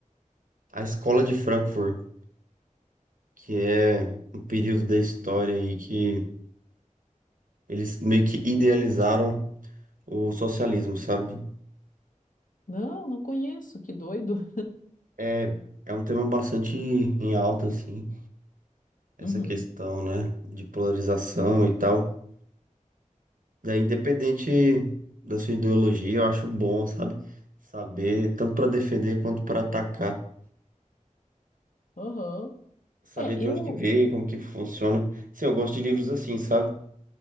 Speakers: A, on the right (about 85°); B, on the left (about 75°).
A: a escola de Frankfurt, que é um período da história aí que eles meio que idealizaram o socialismo, sabe?
B: Não, não conheço, que doido.
A: É, é um tema bastante em alta, assim, essa
B: Uhum,
A: questão, né, de polarização e tal. Daí, independente da sua ideologia, eu acho bom, sabe? Saber, tanto para defender quanto para atacar.
B: aham.
A: saber
B: É, eu.
A: de onde que veio, como que funciona. Sim, eu gosto de livros assim, sabe?